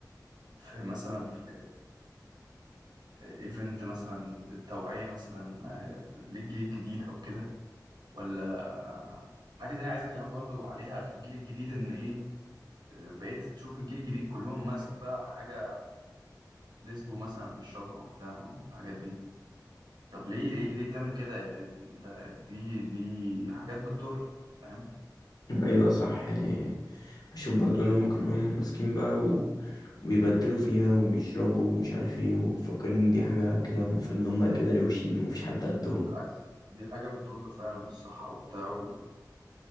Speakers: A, on the right; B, on the left.
A: في مثلا في ايفنت مثلا للتوعية مثلا آه، للجيل الجديد او كده ولا حاجة تانية عايز اكلمك برضو عليها في الجيل الجديد ان ايه آه، بقيت تشوف الجيل الجديد كلهم ماسك بقى حاجة ديسبو مثلا بيشربها وبتاع والحاجات دي طب ليه ليه ليه بتعمل كده يعني دي- انت دي دي حاجات بتضر فاهم
B: <laughs> ايوه صح يعني بشوف برضو ان هم كلهم ماسكين بقى و... وبيبدلوا فيها وبيشربوا ومش عارف ايه ومفكرين ان دي حاجة كده المفروض ان هم كده روشين ومفيش حد قدهم
A: بالعكس دي حاجة بتضر فعلا بالصحة وبتاع و...